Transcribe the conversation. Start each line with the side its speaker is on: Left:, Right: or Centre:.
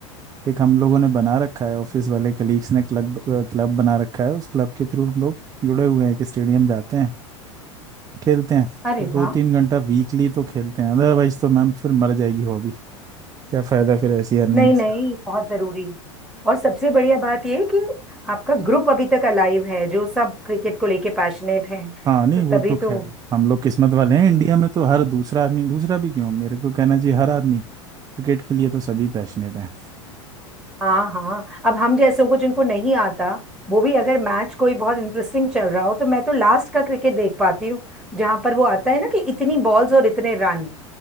Right: एक हम लोगों ने बना रखा है ऑफिस वाले कलीग्स ने क्लब क्लब बना रखा है उस क्लब के थ्रू हम लोग जुड़े हुए हैं कि स्टेडियम जाते हैं खेलते हैं
Centre: अरे
Right: तो दो
Centre: वाह
Right: तीन घंटा वीकली तो खेलते हैं अदरवाइज तो मैम फिर मर जाएगी हॉबी क्या फायदा फिर ऐसी अर्निंग्स
Centre: नहीं नहीं
Right: का
Centre: बहुत जरूरी है और सबसे बढ़िया बात ये है कि आपका ग्रुप अभी तक अलाइव है जो सब क्रिकेट को लेके पैशनेट हैं
Right: हाँ नहीं
Centre: तो तभी
Right: वो तो खैर
Centre: तो
Right: हम लोग किस्मत वाले हैं इंडिया
Centre: हम्म।
Right: में तो हर दूसरा आदमी दूसरा भी क्यों मेरे को कहना चाहिए हर आदमी क्रिकेट के लिए तो सभी पैशनेट हैं
Centre: हाँ हाँ अब हम जैसों को जिनको नहीं आता वो भी अगर मैच कोई बहुत इंटरेस्टिंग चल रहा हो तो मैं तो लास्ट का क्रिकेट देख पाती हूँ जहां पर वो आता है ना कि इतनी बॉल्स और इतने रन